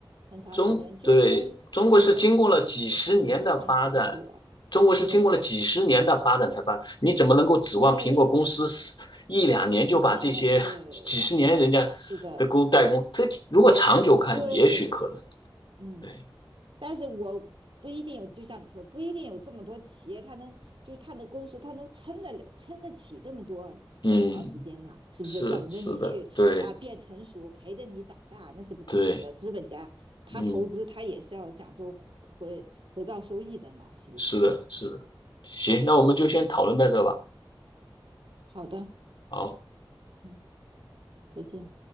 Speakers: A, on the right (about 75°); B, on the left (about 60°).
A: 很长时间，
B: 中对中国是经过了几十年的发展，
A: 中国很成体系非常成熟了。
B: 中国是经过了几十年的发展才发展，
A: 对，是的，
B: 你怎么能够指望苹果公司
A: 对，
B: 一两年就把这些
A: 就几年，对，
B: <laughs> 几十年人家的工代工，
A: 是的，
B: 这如果长久看，
A: 对，
B: 也许可能。
A: 嗯。
B: 对，
A: 但是我不一定有，就像你说，不一定有这么多企业，它能就是它的公司，它能撑得了撑得起这么多这么长时间呢？
B: 嗯，
A: 是不是等着你去啊呃变成熟，
B: 是是的，对
A: 陪着你长大，那是不可能的。
B: 对，
A: 资本家他投资，
B: 嗯，
A: 他也是要讲究回回报收益的嘛，是不是？
B: 是的，是的。行，那我们就先讨论到这吧。
A: 好的，
B: 好。
A: 嗯，再见。